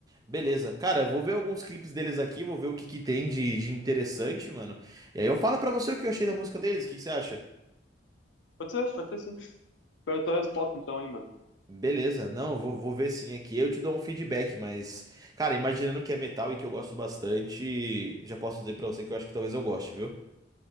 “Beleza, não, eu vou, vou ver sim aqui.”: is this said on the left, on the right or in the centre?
Right